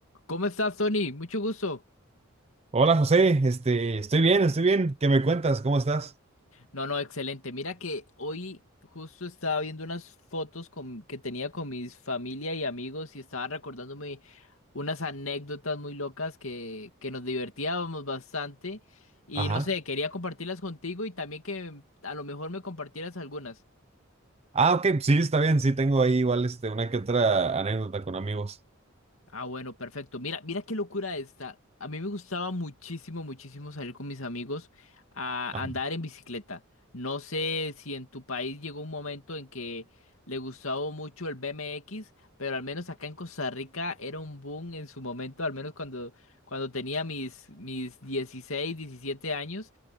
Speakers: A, on the left; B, on the right.
A: ¿Cómo estás, Tony? Mucho gusto.
B: Hola José, este, estoy bien, estoy bien. ¿Qué me cuentas? ¿Cómo estás?
A: No, no, excelente. Mira que hoy justo estaba viendo unas fotos con- que tenía con mis familia y amigos y estaba recordándome unas anécdotas muy locas que, que nos divertíamos bastante y
B: Ajá.
A: no sé, quería compartirlas contigo y también que a lo mejor me compartieras algunas.
B: Ah, ok, sí, está bien, sí, tengo ahí igual este, una que otra anécdota con amigos.
A: Ah, bueno, perfecto. Mira, mira qué locura esta. A mí me gustaba muchísimo, muchísimo salir con mis amigos a
B: Ajá.
A: andar en bicicleta. No sé si en tu país llegó un momento en que le gustaba mucho el BMX, pero al menos acá en Costa Rica era un boom en su momento, al menos cuando, cuando tenía mis, mis 16, 17 años.